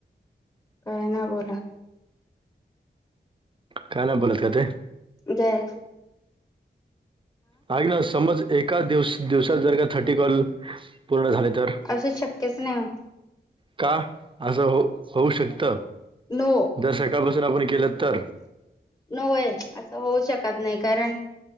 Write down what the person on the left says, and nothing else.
काय ना बोला
झाल
असं शक्यच नाही हो
नो
नवय असं होऊ शकत नाही कारण